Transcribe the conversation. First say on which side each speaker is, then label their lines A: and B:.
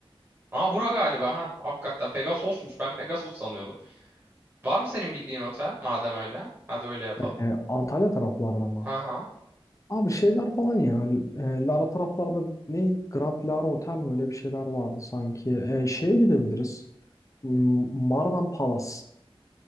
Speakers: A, on the right; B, on the left.
A: Aa bura galiba ha. Hakikaten Pegasus'muş. Ben Pegasus sanıyordum. Var mı senin bildiğin otel? Madem öyle. Hadi öyle yapalım.
B: <laughs> e, Antalya taraflarda mı?
A: Ha ha.
B: Abi şeyler falan ya. e, Lara taraflarda ne? Grand Lara Otel mi? Öyle bir şeyler vardı sanki. E, şeye gidebiliriz. M- Mardan Palace.